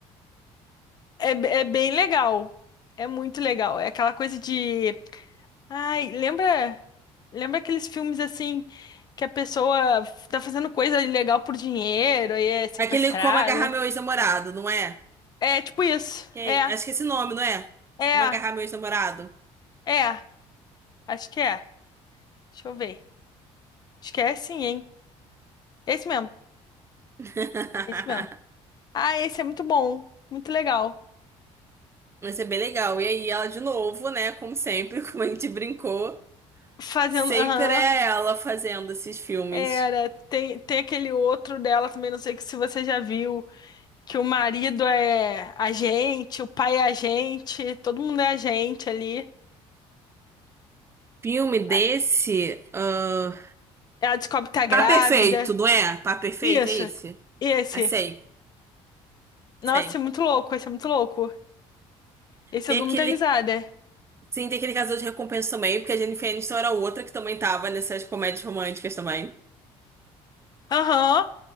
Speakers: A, on the left; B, on the right.
A: É, é bem legal. É muito legal. É aquela coisa de. Ai, lembra. Lembra aqueles filmes assim que a pessoa tá fazendo coisa ilegal por dinheiro e é sequestrada?
B: Aquele Como Agarrar Meu Ex-Namorado, não é?
A: É tipo isso.
B: Que
A: É,
B: é- Acho que é esse nome, não é?
A: é,
B: Como Agarrar Meu Ex-Namorado.
A: é. Acho que é. Deixa eu ver. Acho que é sim, hein? Esse mesmo.
B: <laughs>
A: Esse mesmo. Ah, esse é muito bom. Muito legal.
B: Vai ser bem legal. E aí, ela de novo, né? Como sempre, <laughs> como a gente brincou,
A: Fazendo.
B: sempre
A: Aham.
B: é ela fazendo esses filmes.
A: Era. Tem, tem aquele outro dela também, não sei que se você já viu. que o marido é a gente, o pai é a gente, todo mundo é a gente ali.
B: Filme desse.
A: A-
B: ah,
A: Ela descobre que tá
B: Pá
A: grávida.
B: Perfeito, não é? Pá Perfeito
A: Isso.
B: é esse?
A: E esse?
B: Ah, sei,
A: Nossa,
B: sei.
A: é muito louco, esse é muito louco. Esse
B: Tem
A: eu dou
B: aquele.
A: muita risada.
B: Sim, tem aquele Caçador de Recompensa também, porque a Jennifer Aniston era outra que também tava nessas comédias românticas também.
A: Aham,